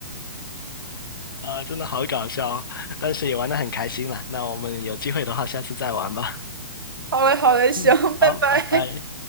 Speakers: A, on the left; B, on the right.
A: 啊，真的好搞笑哦但是也玩得很开心啦。那我们有机会的话，下次再玩吧。
B: 好嘞，好嘞，行，
A: 嗯，
B: 拜拜。
A: 好，拜拜。